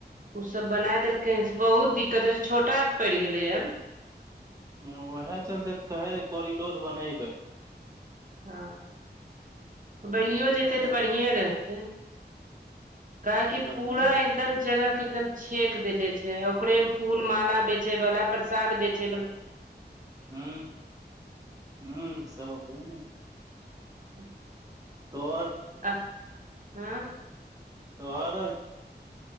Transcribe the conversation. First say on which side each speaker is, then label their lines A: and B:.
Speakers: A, on the right (about 50°); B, on the right (about 20°).
A: ओसभ बनाय देलकै हन से बहुत दिक्कत होइ छैय छोटा पड़ि गेलै आब।
B: हँ उएह चलते तऽ कहे रह कोरिडोर बनेबै।
A: हँ बनियो जेतै
B: कहाँ
A: तऽ बढ़िएँ रहतै। काहेकि
B: बढ़िया
A: पूरा
B: रह
A: एकदम जगह के एकदम छेक देले छैय ओकरे फूल माला बेचे बाला प्रसाद बेचे बला
B: हू हू सब ओकरे ने
A: ह
B: तोहर
A: अह हँ।
B: तऽ आर